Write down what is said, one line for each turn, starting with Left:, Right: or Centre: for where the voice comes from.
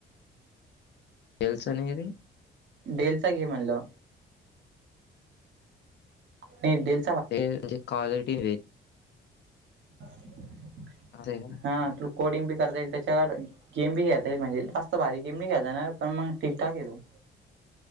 Left: केल्सनी घरी
Right: डेल चा गेम आणलं नाही डेल
Left: ते म्हे क्वालिटी व
Right: <inaudible>
Left: अ का
Right: हा तुला कोडिंग बी करता येईल त्याच्यावर गेम बी खेता येईल म्हणजेस्त भारी गेमी खेळताय ना पण मग ठकठाक येतो